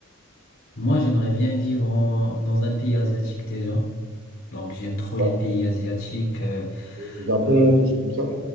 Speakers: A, on the left; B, on the right.
A: moi, j'aimerais bien vivre en- dans un pays asiatique déjà. Donc j'aime trop les
B: Ouais,
A: pays asiatiques. euh,
B: le Japon,
A: euh,
B: quelque chose comme ça?